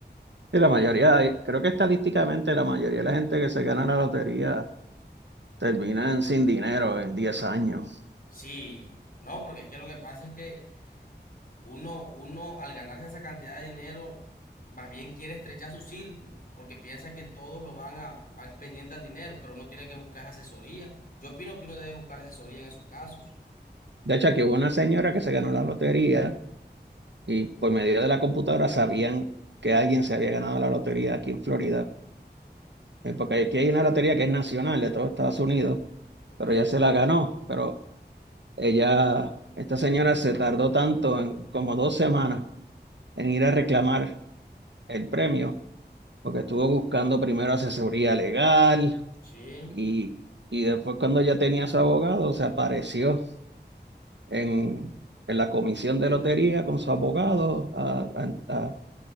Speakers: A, on the right; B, on the left.
A: Sí,
B: Por
A: la mayoría,
B: ahí.
A: creo que estadísticamente la mayoría de la gente que se gana la lotería terminan sin dinero en 10 años.
B: Sí, no, porque es que lo que pasa es que uno, uno al ganarse esa cantidad de dinero, más bien quiere estrechar su círculo, porque piensa que todos lo van a, van pendiente al dinero, pero uno tiene que buscar asesoría. Yo opino que uno debe buscar asesoría en esos casos.
A: De hecho, aquí hubo una señora que se ganó la lotería y por medio de la computadora sabían que alguien se había ganado la lotería aquí en Florida. Eh, Porque aquí hay una lotería que es nacional de todos Estados Unidos,
B: Ok,
A: pero ella se la ganó. Pero ella, esta señora se tardó tanto, en, como dos semanas, en ir a reclamar el premio, porque estuvo buscando primero asesoría legal
B: sí.
A: Y, y después cuando ya tenía su abogado, se apareció en, en la comisión de lotería con su abogado a, a- a